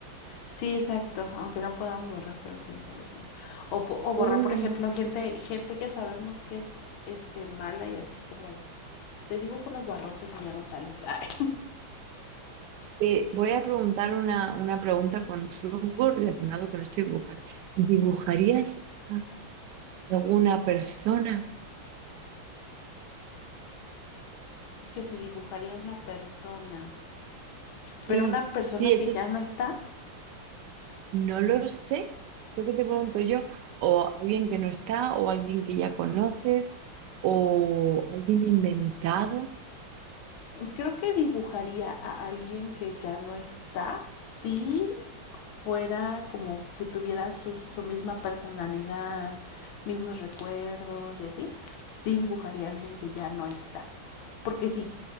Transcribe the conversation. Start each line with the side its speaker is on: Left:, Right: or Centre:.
Left: sí, exacto. Aunque no podamos borrar, pero sí hay soluciones. O, o borrar,
Right: Uh.
Left: por ejemplo, gente, gente que sabemos que es este mala y así como te dibujo unos barrotes y ya no sales. <laughs> Ay.
Right: Te voy a preguntar una, una pregunta con truco relacionado con este dibujar. ¿Dibujarías a alguna persona?
Left: Que si dibujaría una persona pero
Right: Sí,
Left: una persona
Right: sí,
Left: que
Right: eso
Left: ya
Right: es,
Left: no está,
Right: no lo sé, lo que te pregunto yo, o alguien que no está, o alguien que ya conoces, o alguien inventado.
Left: creo que dibujaría a alguien que ya no está si fuera como que tuviera su, su misma personalidad, mismos recuerdos y así, sí dibujaría a alguien que ya no está. Porque si,